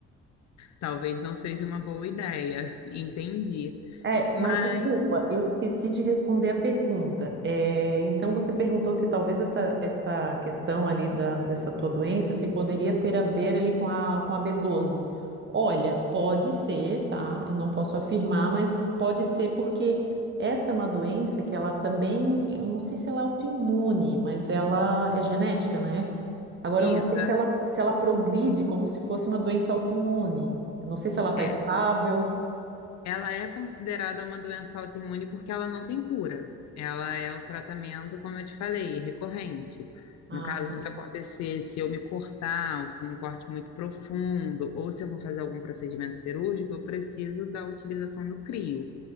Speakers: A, on the left; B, on the right.
A: Talvez não seja uma boa ideia, entendi.
B: É,
A: Mas
B: mas desculpa, eu te esqueci de responder a pergunta. É, então, você perguntou se talvez essa, essa questão ali da, dessa tua doença, se poderia ter a ver ali com a, com a b doze. Olha, pode ser, tá? Eu não posso afirmar, mas pode ser porque essa é uma doença que ela também, eu não sei se ela é autoimune, mas ela é genética, né? Agora,
A: isso
B: eu não sei se ela, se ela progride como se fosse uma doença autoimune. Eu não sei se ela está
A: é,
B: estável.
A: ela é considerada uma doença autoimune porque ela não tem cura. Ela é o tratamento, como eu te falei, recorrente.
B: Ah,
A: No caso
B: tá.
A: de acontecer, se eu me cortar, for um corte muito profundo, ou se eu for fazer algum procedimento cirúrgico, eu preciso da utilização do crio.